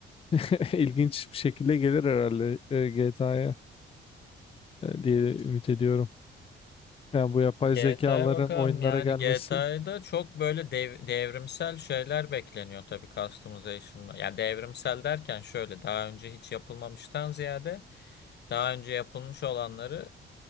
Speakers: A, on the left (about 30°); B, on the left (about 60°).
A: <laughs> ilginç bir şekilde gelir herhalde GTA'ya diye ümit ediyorum. Yani bu yapay
B: GTA'ya
A: zekaların
B: bakalım.
A: oyunlara
B: Yani
A: gelmesi
B: GTA'da çok böyle dev- devrimsel şeyler bekleniyor tabii customization'la. Ya devrimsel derken şöyle daha önce hiç yapılmamıştan ziyade daha önce yapılmış olanları